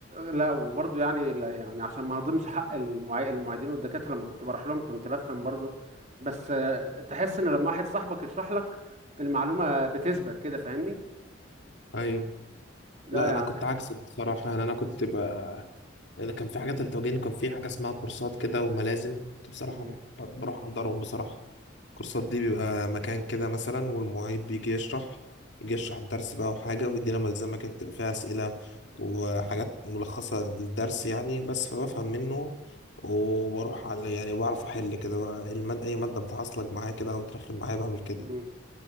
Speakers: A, on the right (about 35°); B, on the left (about 65°).
A: لا وبرضه يعني لا يعني عشان ما هضمش حق المعي... المعيدين والدكاترة لما كنت بروح لهم كنت بفهم برضه بس آه، تحس ان لما واحد صاحبك يشرح لك المعلومة بتثبت كده فاهمني
B: ايوه
A: ده
B: لا
A: يعني
B: انا كنت عكسك بصراحه يعني انا كنت بقى اذا كان في حاجات التوجيهي كان في حاجه اسمها كورسات كده وملازم كنت بصراحه
A: مم.
B: بح- بروح احضرهم بصراحه الكورسات دي بيبقى مكان كده مثلا والمعيد بيجي يشرح يجي يشرح الدرس بقى وحاجة ويدينا ملزمة كده بتبقى فيها أسئلة وحاجات ملخصة للدرس يعني بس فبفهم منه وبروح على يعني بعرف أحل كده بقى المادة أي مادة بتعصلك معايا كده أو بترخم معايا بعمل كده
A: مم.